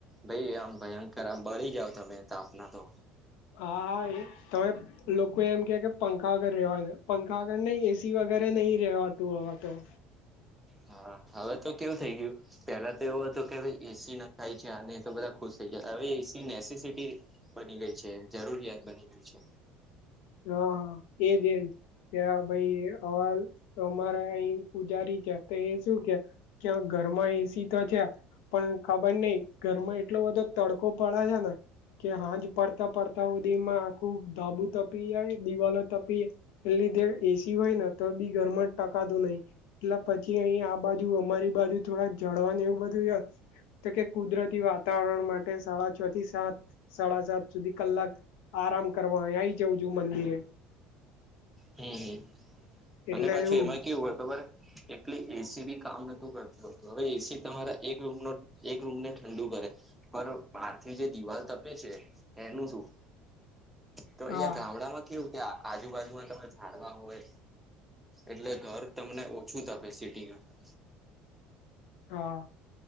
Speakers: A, in the centre; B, on the left (about 80°).
A: ભાઈ આમ ભયંકર આમ બળી જાવ તમે તાપના તો
B: હા હા એ તમે લોકો એમ કે કે પંખા આગળ રેવા પંખા આગળ ને એસી વગેરે નહીિ રેવાતું હવા તો
A: હા હવે તો કેવું થઇ ગયું પેલા તો એવો હતો કે એસી ના ખાય છે આ તો બધા ખુશ થઈ જયા હવે એસી નેસટી બની ગઈ છે જરૂરિયાત બની ગઈ છે
B: હા એજ એજ કે ભાઈ હવા અમારા અહી પૂજારી છે તો એ શું કે કે ઘરમાં એસી તો છે પણ ખબર નઈ ઘરમાં એટલો બધો તડકો પડે છે ને કે હાજ પડતા પડતા સુધી એમાં આખું ધાબું તપી જાય દિવાલો તપી એટલેધ એસી હોય ને તો બી ઘરમાં જ ટકાતું નહીિ એટલે પછી અહીં આ બાજુ અમારી બાજુ થોડા જળવાનું એવું બધું ય તો કે કુદરતી વાતાવરણ માટે સાડા છ થી સાત સાડા સાત સુધી કલાક આરામ કરવા અ આય જઉં છું મંદિરે
A: હમ હમ
B: એટલે
A: અને પાછી
B: એવું
A: એમાં કેવું હોય ખબર એટલે એસી બી કામ નોતું કરતી હોતું હવે એસી તમારા એક રૂમ નો એક રૂમ ને ઠંડુ કરે પણ બહારથી જે દિવાલ તપે છે એનું શું તો
B: હા
A: અહં ગામડામાં કેવું કે આજુબાજુમાં ત ડવા હોય એટલે ઘર તમને ઓછું તપેસિટી કરતા
B: હા